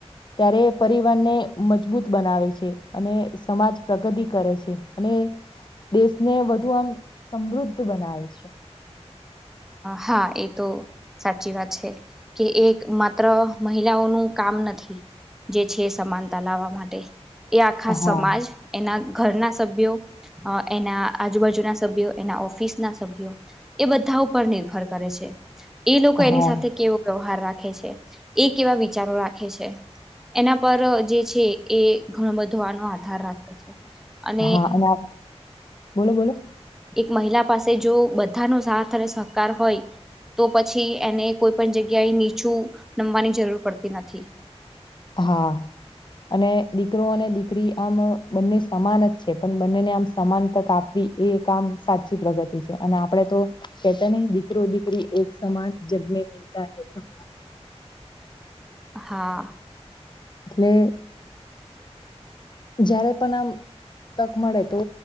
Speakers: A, on the left; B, in the centre.
A: ત્યારે પરિવારને મજબૂત બનાવે છે અને સમાજ પ્રગતિ કરે છે અને દેશને વધુ આમ સમૃદ્ધ બનાવે છે.
B: હા, એ તો સાચી વાત છે કે, એક માત્ર મહિલાઓનું કા કામ નથી જે છે સમાનતા લાવવા માટે એ આખા
A: હા
B: સમાજ એના ઘરના સભ્યો એના આજુબાજુના સભ્યો એના ઓફિસ ના સભ્યો એ બધા ઉપર નિર્ભર કરે છે એ લોકો એની
A: હા
B: સાથે કેવો વ્યવહાર રાખે રાખે છે એ કેવા વિચારો રાખે છે એના પર જે છે એ ઘણું બધો જોવાનો આધાર રાખે છે અને
A: હા આ- બોલો બોલો
B: એક મહિલા પાસે જો બધાનો સાથ અને સહકાર હોય તો પછી એને કોઈ પણ જગ્યાએ નીચું નમવાની જરૂર પડતી નથી
A: હા અને દીકરો અને દીકરી આમ બંને સમાન જ છે પણ બંનેને આમ સમાન તક આપવી એ કામ સાચી પ્રગતિ છે અને આપડે તો કેતા નહ દીકરો દીકરી એક સમાન મે હોતા હૈ સ <inaudible>
B: હા
A: એટલે જયારે પણ આમ તક મળે તો